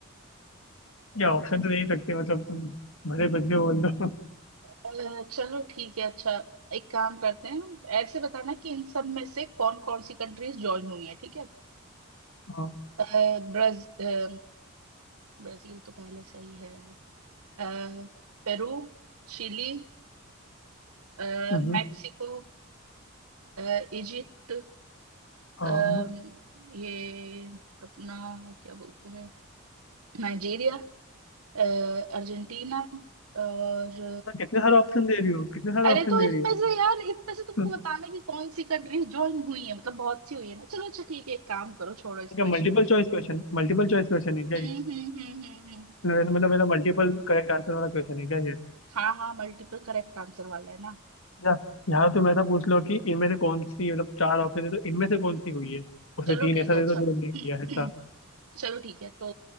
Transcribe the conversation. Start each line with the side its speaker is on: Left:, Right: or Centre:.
Left: या ऑप्शन तो दे ही सकते मतलब तुम भले बदले बोल दो
Right: अ, चलो ठीक है अच्छा एक काम करते हैं ऐसे बताना कि इन सब में से कौन कौन सी कंट्रीज ज्वाइन हुई है ठीक है
Left: हाँ
Right: अ, ब्राज अ, ब्राजील तो पहले से ही है यार अ, पेरू चिली अ,
Left: हम्म।
Right: मेक्सिको अ, इजिप्ट
Left: हाँ
Right: अम, ये अपना क्या बोलते हैं नाइजीरिया अ, अर्जेंटीना और
Left: तो कितने सारे ऑप्शन दे रही हो कितने सारे
Right: अरे
Left: ऑप्शन
Right: तो
Left: दे
Right: इनमें
Left: रही
Right: से यार इनमें से तुमको
Left: हो
Right: बताना
Left: <laughs>
Right: है कि कौन सी कंट्रीज ज्वाइन हुई है मतलब बहुत सी हुई है ना चलो अच्छा ठीक है एक काम करो छोड़ो इस
Left: अच्छा
Right: क्वेश्चन
Left: multiple
Right: को छोड़ो
Left: choice question multiple choice question है क्या
Right: हम्म
Left: ये
Right: हम्म हम्म हम्म हम्म।
Left: मतलब मतलब मेरा मल्टीपल करेक्ट आंसर वाला क्वेश्चन है क्या ये
Right: हाँ हाँ मल्टीपल करेक्ट आंसर वाला है ना
Left: या यहाँ तुम ऐसा पूछ लो कि इनमें से कौन सी मतलब चार ऑप्शन है तो इनमें से कौन सी हुई है उसमें
Right: चलो
Left: तीन
Right: ठीक
Left: ऐसा
Right: है अच्छा
Left: दे दो जो नहीं किया
Right: <clears throat>
Left: है ऐसा
Right: चलो ठीक है तो